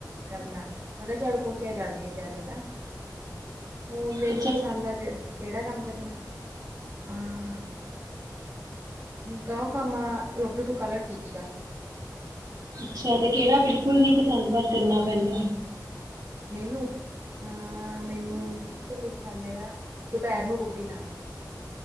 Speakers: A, on the right (about 30°); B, on the right (about 55°).
A: ਕਰਨਾ ਮੈਂ ਕਿਹਾ ਝਾੜੂ ਪੋਚਿਆ ਹੀ ਕਰਦੀ ਹ ਜ਼ਿਆਦੇ ਤਾਂ। ਹ ਮੈਨੂੰ
B: ਅੱਛਾ
A: ਪਸੰਦ ਆ ਕਿ ਕਿਹੜਾ ਕੰਮ ਕਰਨਾ ਆਂ। ਕਹੋ ਕੰਮ ਆ ਰੋਟੀ ਟੁਕਾ ਲਾ ਠੀਕ ਆ।
B: ਅੱਛਾ ਤੇ ਕਿਹੜਾ ਬਿਲਕੁਲ ਨੀ ਪਸੰਦ ਪਰ ਕਰਨਾ ਪੈਂਦਾ।
A: ਮੈਨੂੰ ਅਹ ਮੈਨੂੰ ਬਿਲਕੁਲ ਨੀ ਪਸੰਦ ਹੈਗਾ ਦੁਪਹਿਰ ਨੂੰ ਰੋਟੀ ਲਾਣਾ।